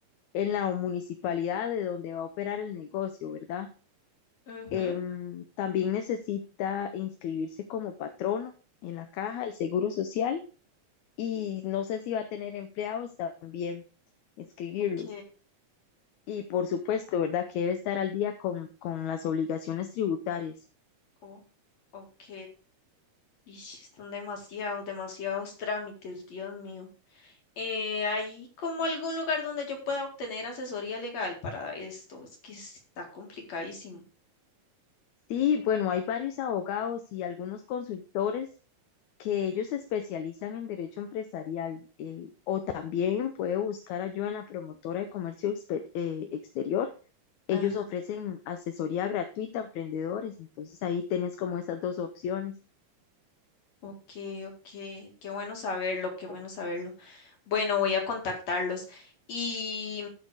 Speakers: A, on the left (about 75°); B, on the left (about 60°).
A: en la municipalidad de donde va a operar el negocio, ¿verdad?
B: Ujú.
A: Em, también necesita inscribirse como patrono en la caja del Seguro Social y no sé si va a tener empleados, también inscribirlos.
B: Ok,
A: Y por supuesto, ¿verdad? Que debe estar al día con, con las obligaciones tributarias.
B: oh, ok. Y son demasiados, demasiados trámites, Dios mío. Eh, ¿hay como algún lugar donde yo pueda obtener asesoría legal para esto? Es que está complicadísimo.
A: Sí, bueno, hay varios abogados y algunos consultores que ellos se especializan en derecho empresarial. Eh, también puede buscar ayuda en la promotora de comercio expe- eh, exterior Ellos
B: Ajá,
A: ofrecen asesoría gratuita a emprendedores, entonces ahí tenés como esas dos opciones.
B: ok, ok. Qué bueno saberlo, qué bueno saberlo. Bueno, voy a contactarlos. Y